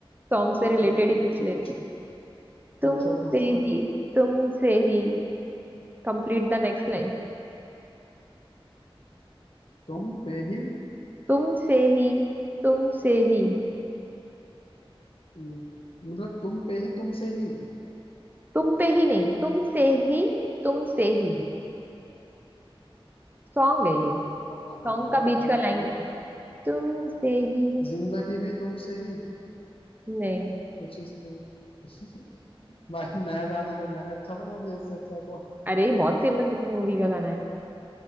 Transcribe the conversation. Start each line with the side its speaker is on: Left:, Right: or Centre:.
Right: सॉन्ग से रिलेटेड
Left: हम्म
Right: ही
Left: पूछो
Right: पूछ लेती
Left: पूछो
Right: हूँ तुमसे
Left: पूछो पूछो
Right: ही तुमसे ही Complete the next line
Left: तुम पे ही
Right: तुमसे ही तुमसे ही
Left: हम्म, मतलब तुम पे ही तुमसे ही
Right: तुम पे ही नहीं तुमसे ही तुमसे ही सॉन्ग है ये
Left: पता नहीं
Right: सॉन्ग
Left: यार
Right: का बीच का
Left: ये
Right: लाइन
Left: तो
Right: है तुमसे ही
Left: जिंदगी
Right: तुम
Left: भी तुमसे ही
Right: नहीं
Left: कुछ इस <laughs> भाई नया गाना तो मैंने अच्छा बना दिया इससे अच्छा तो
Right: अरे बहुत फेमस मूवी का
Left: <laughs>
Right: गाना है